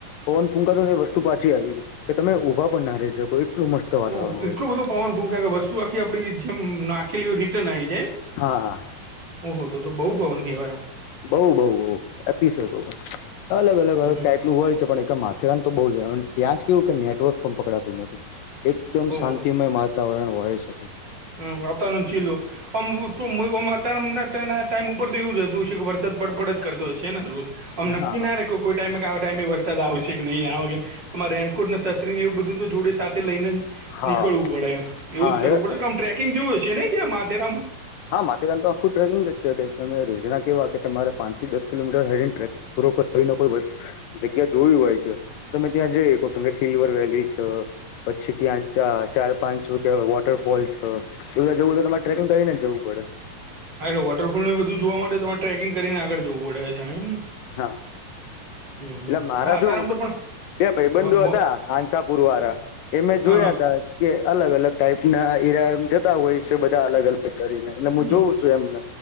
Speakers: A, on the left (about 75°); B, on the right (about 30°).
A: પવન ફૂંકાતો વસ્તુ પાછી આવી ગય કે તમે ઊભા પણ ના રઈ શકો એટલું મસ્ત વાતાવરણ
B: ઓહ
A: હોય
B: એટલો
A: છે
B: બધો પવન ભૂંકાય કે વસ્તુ આખી આપણી જેમ નાખેલી હોય એમ રિટર્ન આઈ જાય
A: હા.
B: ઓહો તો તો બહુ પવન કહેવાય એમ.
A: બઉ બઉ બઉ અતિશય પવન અલગ અલગ
B: એમ
A: અલગ
B: હમ
A: ટાઈપ. એલું હોય છે પણ માથેરાન તો બહુ જાય અન ત્યાં જ કેવું કે નેટવર્ક પણ પકડાતું નથી. એકદમ
B: ઓહો
A: શાંતિમય માતાવરણ હોય સકે.
B: હમ વાતાવરન ચીલું. ઓમ <unintelligible> અતારાં ટાઈમ ઉપર તો એવું જ રહેતું હોશે કે વરસાદ પડપડ જ કરતો હશે ને રોજ. ઓમ નક્કી
A: હા.
B: ના રે કોખ કોઈ ટાઈમે કે આ ટાઈમે વરસાદ આવશે કે નહીં આવે. તમારે રેનકોટને, સતરીને એવું બધું તો જોડે સાથે લઈને જ
A: હા
B: નીકળવું પડે એમ એવું
A: હા
B: જ કરવું
A: એ
B: પડેન ઓમ. ટ્રેકિંગ જેવું હશે નઈ ત્યાં માથેરામાં.
A: હા માથેરાન તો આખું ટ્રેકિંગ જ છે કે તમે રોજના કેવા કે તમારે પાંચથી દસ કિલોમીટર હેરીને ટ્રેકિં પૂરો કોઈ કરીને કોઈ બસ જગ્યા જોયું હોય છે. તમે ત્યાં જઈ હકો કેમ ક સિલ્વર વેલી છ પછ ત્યાં ચા ચાર પાંચ છૂટીયાં વોટરફોલ છ એ બધા જવું તમારે ટ્રેકિંગ કરી ને. <inaudible>
B: હા એટલે વોટફોલને બધું જોવા માટે તમારે ટ્રેકિંગ કરીને આગળ જવું પડે છે હ ઈમ ને
A: હા.
B: હમમ
A: એટલે મારા
B: હા
A: શું
B: તારમ તો પણ.
A: બે ભઈ બંધો
B: હા બો
A: હતા હાંસાપુર વારા તેમે
B: હા
A: જોયાતા
B: હા
A: કે અલગ-અલગ ટાઈપ ના ઈરા મ જતા હોય છે. બધા અલગ-અલગ કરીને એટલે મુ
B: હમ
A: જોઉં છું એમને